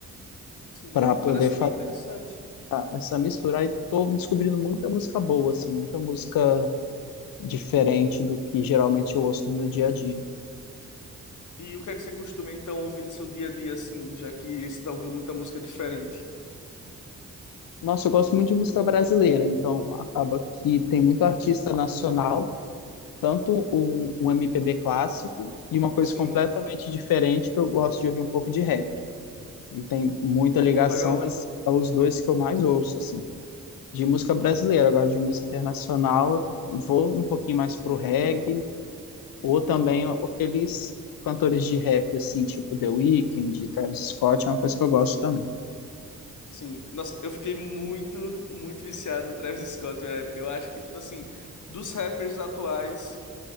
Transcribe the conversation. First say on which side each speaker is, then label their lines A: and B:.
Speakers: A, on the left (about 60°); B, on the left (about 75°).
A: Sim,
B: para poder
A: parece ser
B: fazer
A: bem interessante.
B: essa mistura. Aí tô descobrindo muita música boa assim, muita música diferente do que geralmente eu ouço no meu dia a dia.
A: E o que é que você costuma então ouvir no seu dia a dia, assim, já que você tá ouvindo muita música diferente?
B: Nossa, eu gosto muito de música brasileira, então acaba que tem muito artista nacional, tanto um, um MPB clássico e uma coisa
A: Sim,
B: completamente diferente que eu gosto de ouvir um pouco de rap. Não tem muita ligação,
A: pô, legal.
B: mas é os dois que eu mais ouço, assim. De música brasileira, agora de música internacional, eu vou um pouquinho mais pro reggae, ou também aqueles cantores de rap, assim, tipo The Weeknd, Travis Scott, é uma coisa que eu gosto também.
A: Sim, nossa, eu fiquei muito, muito viciado no Travis Scott na época. Eu acho que, tipo assim, dos rappers atuais.